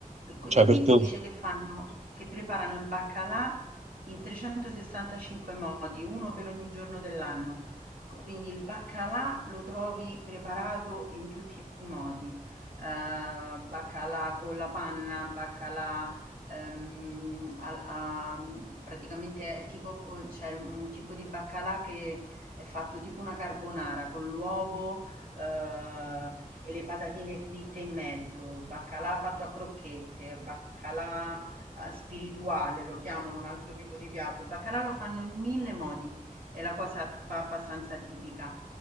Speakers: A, on the right; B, on the right.
A: qui
B: cioè
A: qui
B: per
A: si
B: te,
A: dice che fanno che preparano il baccalà in 365 modi, uno per ogni giorno dell'anno. Quindi il baccalà lo trovi preparato in tutti i modi, ehm, baccalà con la panna, baccalà, ehm, al a mhmm, praticamente è tipo uhm, c'è un tipo di baccalà che è fatto tipo una carbonara con l'uovo, uhm, e le patatine fritte in mezzo, baccalà fatto a crocchette, baccalà, uhm, spirituale lo chiamano un altro tipo di piatto. Il baccalà lo fanno in mille modi, è la cosa ba abbastanza tipica.